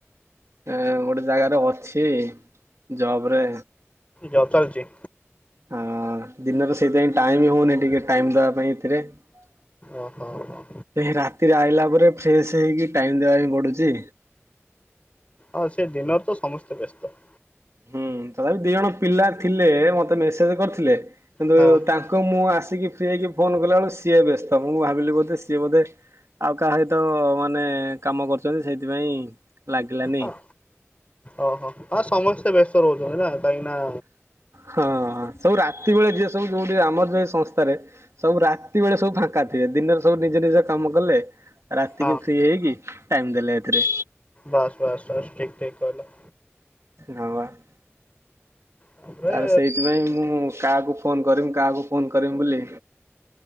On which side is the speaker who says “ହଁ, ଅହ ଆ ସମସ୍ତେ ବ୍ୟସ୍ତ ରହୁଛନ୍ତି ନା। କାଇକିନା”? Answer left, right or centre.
Left